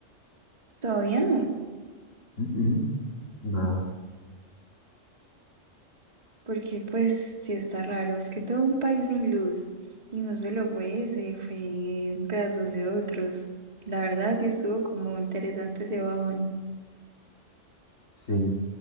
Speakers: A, on the right (about 30°); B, on the left (about 85°).
A: todavía no.
B: Mm, mm, Nada.
A: Porque pues sí está raro, es que todo un país sin luz y no solo fue ese, fue pedazos de otros. La verdad sí estuvo como interesante ese bajón.
B: Sí,